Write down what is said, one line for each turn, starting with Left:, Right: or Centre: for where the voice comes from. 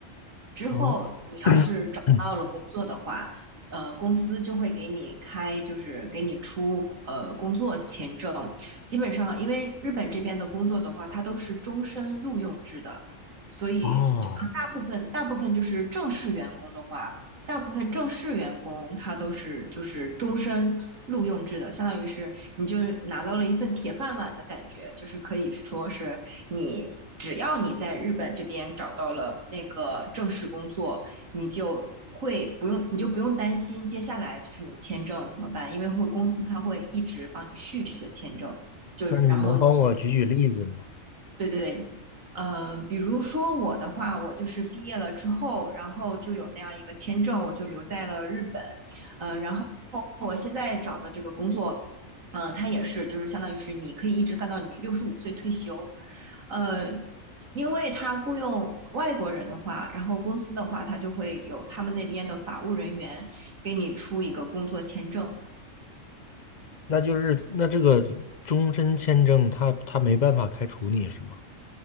Right: 之后你要是找到了工作的话，
Left: 哦，嗯
Right: 呃，公司就会给你开，就是给你出呃工作签证。基本上，因为日本这边的工作的话，它都是终身录用制的，所以就大部分大部分就是正式员工的话，
Left: <clears throat> 啊，
Right: 大部分正式员工他都是就是终身录用制的，相当于是你就拿到了一份铁饭碗的感觉，就是可以说是你只要你在日本这边找到了那个正式工作，你就会不用，你就不用担心接下来就是你签证怎么办，因为会公司他会一直帮你续这个签证，就然后你
Left: 那你能帮我举举例子吗？
Right: 对对对，呃，比如说我的话，我就是毕业了之后，然后就有那样一个签证，我就留在了日本，呃，然后我现在找的这个工作，嗯、呃，它也是就是相当于是你可以一直干到你六十五岁退休，呃，因为他雇佣外国人的话，然后公司的话，他就会有他们那边的法务人员给你出一个工作签证，
Left: 那就是那这个终身签证他他没办法开除你是吗？